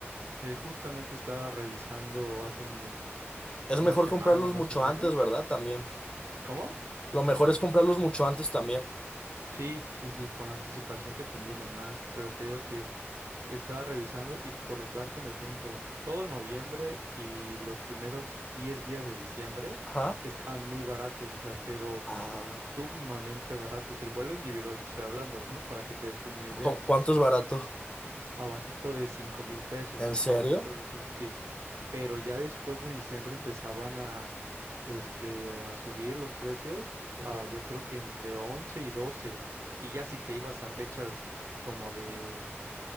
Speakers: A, on the right; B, on the left.
A: eh, justamente estaba revisando hace unos,
B: Es
A: una
B: mejor
A: semana
B: comprarlos
A: más
B: mucho
A: o menos.
B: antes, ¿verdad? También.
A: ¿Cómo?
B: Lo mejor es comprarlos mucho antes también.
A: Sí, sí, sí, con anticipación te conviene más, pero te digo que estaba revisando y por darte un ejemplo, todo noviembre y los primeros 10 días de diciembre
B: Ajá.
A: estaban muy baratos, o sea, pero
B: Ah,
A: sumamente baratos. El vuelo individual te estoy hablando, ¿no? Para que te des como una idea
B: ¿cu- ¿cuánto es barato?
A: abajito de cinco mil pesos,
B: ¿En serio?
A: ¿En abajito de serio? cinco, sí. Pero ya después de diciembre empezaban a, este, a subir los precios,
B: Ujú.
A: a, yo creo que entre 11 y 12. Y ya si te ibas a fechas como de